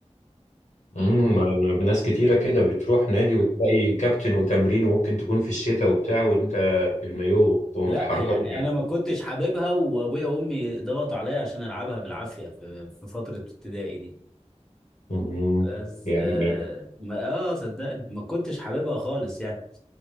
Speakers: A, on the left; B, in the centre.
A: امم أنا ناس كتيرة كده بتروح نادي وتلاقي كابتن وتمرين وممكن تكون في الشتاء وبتاع وانت بالمايو وحركات
B: لا يعني
A: بقى.
B: انا ما كنتش حاببها وابويا وامي ضغطوا عليا عشان العبها بالعافيه في في فتره ابتدائي دي
A: أمم،
B: بس
A: يعني
B: اه ما- آه، صدقني ما كنتش حاببها خالص يعني